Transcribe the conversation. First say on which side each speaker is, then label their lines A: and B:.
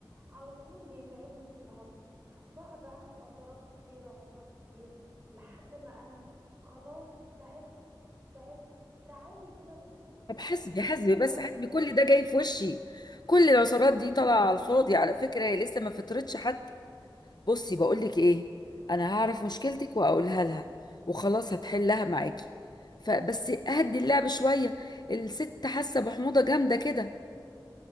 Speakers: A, on the right; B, on the left.
A: على طول بيتعبني في الهضم بقعد اعمل عصارات كتير عصارات كتير لحد ما انا خلاص تعبت تعبت تعالي كده بصي
B: طب
A: تعالي
B: حسبي
A: بصي
B: حسبي
A: الجدار
B: بس حسبي
A: بتاعي
B: كل ده جاي في وشي كل العصارات دي طالعه على الفاضي على فكره هي لسه ما فطرتش حد بصي بقول لك ايه
A: شوف
B: انا هعرف مشكلتك
A: قولي
B: واقولها لها وخلاص هتحلها معاكي فبس اهدي اللعب شويه الست حاسه بحموضه جامده كده